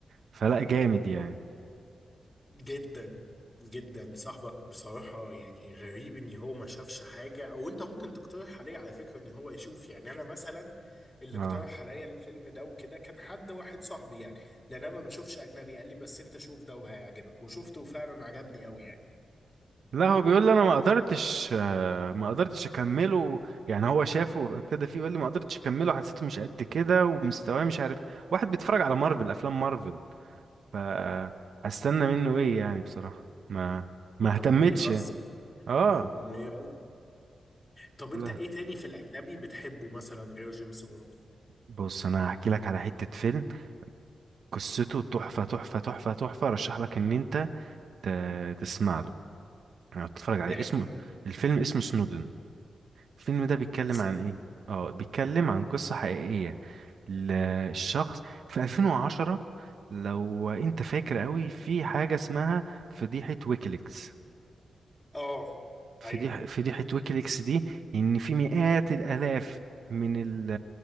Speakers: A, on the right; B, on the left.
A: فلا جامد يعني
B: جدا جدا صاحبك بصراحة يعني غريب ان هو ما شافش حاجة او انت ممكن تقترح عليه على فكرة ان هو يشوف يعني انا مثلا اللي
A: اه
B: اقترح عليا الفيلم ده وكده كان حد واحد صاحبي يعني لان انا ما بشوفش اجنبي قال لي بس انت شوف ده وهيعجبك وشفته وفعلا عجبني قوي يعني
A: لا هو بيقول لي انا ما قدرتش ما قدرتش اكمله يعني هو شافه ابتدى فيه يقول لي ما قدرتش اكمله حسيته مش قد كده ومستواه مش عارف واحد بيتفرج على مارفل افلام مارفل ف هستنى منه ايه يعني بصراحة ما ما
B: طب
A: اهتمتش
B: ده بيهزر
A: يعني. اه
B: <laughs> بيهزر. طب انت
A: لا
B: ايه تاني في الاجنبي بتحبه مثلا غير جيمس بوند
A: بص انا هحكي لك على حتة فيلم قصته تحفة تحفة تحفة تحفة رشح لك ان انت ت- تسمع له يعني تتفرج عليه
B: احكي
A: اسمه
B: يا باشا.
A: الفيلم اسمه سنودن الفيلم ده بيتكلم
B: سنودن
A: عن ايه اه بيتكلم عن قصة حقيقية ال- الشخص في 2010 لو انت فاكر قوي في حاجة اسمها فضيحة ويكيليكس
B: اه
A: فضيحة
B: حقيقي
A: فضيحة ويكيليكس دي إن في مئات الآلاف من ال-